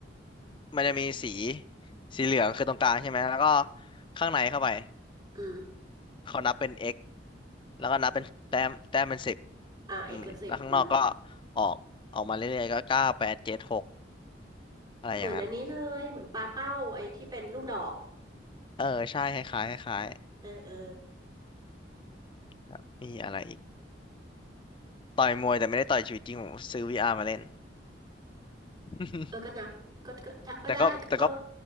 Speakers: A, on the left; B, on the right.
A: มันจะมีสีสีเหลืองคือตรงกลางใช่ไหมแล้วก็ข้างในเข้าไป
B: อืม
A: เขานับเป็น x แล้วก็นับเป็นแต้มแต้มเป็นสิบ
B: อ่าเอกสิบอืม
A: อืมแล้วข้างนอกก็ออกออกมาเรื่อยๆก็เก้าแปดเจ็ดหกอะไรอย่างนั้น
B: เหมือนอันนี้เลยเหมือนปลาเป้าไอ้ที่เป็นลูกดอก
A: เออใช่คล้ายๆคล้าย
B: เออเออ
A: ๆแล้วมีอะไรอีก ต่อยมวยแต่ไม่ได้ต่อยชีวิตจริงผมซื้อวีอาร์มาเล่น <laughs>
B: เออก็นับก็ก็ได้ก็ได้เออ
A: แต่ก็แต่ก็